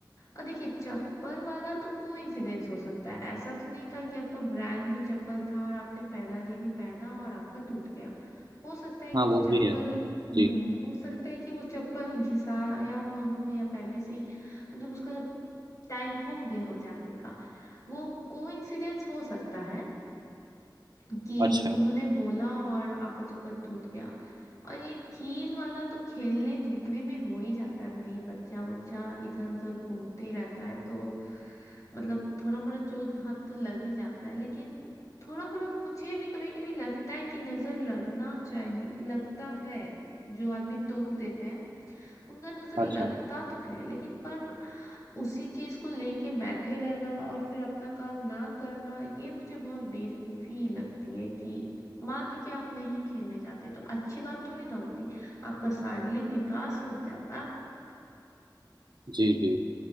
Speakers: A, on the left; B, on the right.
A: और देखिए चप्पल वाला तो कोइंसिडेंस हो सकता है ऐसा तो नहीं था कि आपका ब्रांड न्यू चप्पल था और आपने पहला दिन ही पहना और आपका टूट गया हो सकता है कि
B: हाँ
A: वो
B: वो
A: चप्पल
B: भी है
A: हम्म
B: जी
A: हो सकता है कि वो चप्पल घिसाया हुआ हो या पहले से ही मतलब उसका टाइम हो गया हो जाने का वो कोइंसिडेंस हो सकता है कि
B: अच्छा
A: उन्होंने बोला और आपका चप्पल टूट गया और ये कील वाला तो खेलने धूपने में हो ही जाता है भाई बच्चा बच्चा इधर उधर घूमते ही रहता है तो मतलब थोड़ा मोड़ा चोट घाट तो लग ही जाता है लेकिन थोड़ा मोड़ा मुझे भी कभी कभी लगता है कि नजर लगना चाहिए लगता है जो आदमी टोक देते हैं उनका नजर
B: अच्छा
A: लगता तो है लेकिन पर उसी चीज को लेके बैठे रहना और फिर अपना काम ना करना ये मुझे बहुत बेवकूफी लगती है कि मान लीजिए आप नहीं खेलने जाते तो अच्छी बात थोड़ी ना होती आपका शारीरिक विकास रुक जाता
B: जी जी